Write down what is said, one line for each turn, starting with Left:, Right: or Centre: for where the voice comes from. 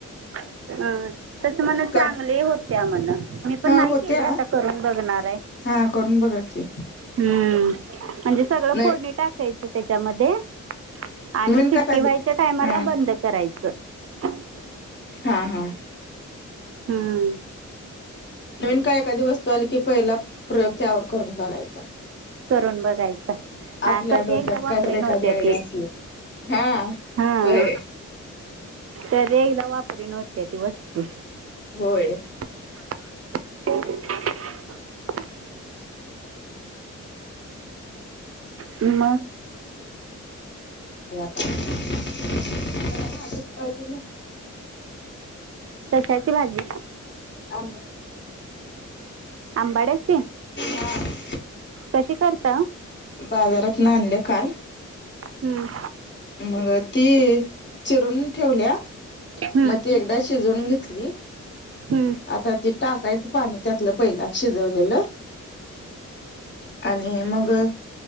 Right: अ तस मण
Left: कारण
Right: चांगले होयत्या म्हण मी पण
Left: हा
Right: नाही
Left: होत्या
Right: केले आता करून बघणार आहे.
Left: हा करून बघा की
Right: हम्म म्हणजे सगळं
Left: नाही
Right: फोडणी टाकायचं त्याच्यामध्ये आणि
Left: नवीन
Right: शिट्टी
Left: काय का
Right: व्हायच्या टामाला
Left: हा
Right: बंद च
Left: हा हा
Right: हम्म
Left: नवीन काय एखादी वस्तू आली की पहिला प्रयोग त्यावर करून बघायचा
Right: करून बघायचं हा
Left: आपल्या
Right: कधी
Left: डोक्यात
Right: एकदा वापरी
Left: काय तर
Right: नव्हते्या
Left: एखादी आयडिया
Right: ती
Left: असली तर हा
Right: हा
Left: होय
Right: तर एकदा वापर नव्हते ती वस्तू
Left: होय
Right: ह म
Left: अडी काराज
Right: कशाची भाजी
Left: आंबाड्याची
Right: आंबाड्याची
Left: हा
Right: कशी करता
Left: बाजारात ना आणले काल
Right: हम्म
Left: मग ती चिरून ठेवल्या
Right: हम्म.
Left: मग ती एकदा शिजून घेतली
Right: हम्म.
Left: आता ते टाकायचं पाणी त्यातलं पहिला शिजवलेलं आणि मग